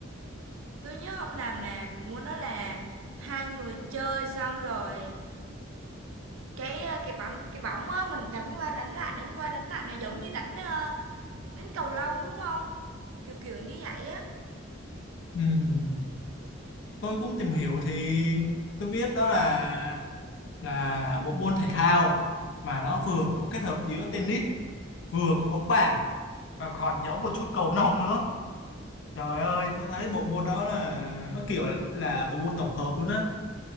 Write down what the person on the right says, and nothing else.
Tôi nhớ không làm là môn đó là hai người chơi xong rồi cái ờ, cái bóng cái bóng á mình đánh qua đánh lại đánh qua đánh lại là giống như đánh ờ, đánh cầu lông đúng không? Kiểu kiểu như vậy á.